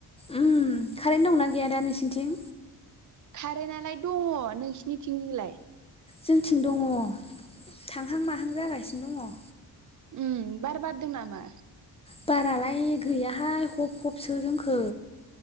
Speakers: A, on the left; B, on the right.
A: उम्म कारेन्ट दंना गैया दा नोंसिनिथिं
B: कारेन्टलाय दङ नोंसिनिथिंजोलाय
A: जोंथिं दङ थांहां माहां जागासिनो दङ
B: उ बार बारदों नामा
A: बारालाय गैयाहाय हब हबसो जोंखै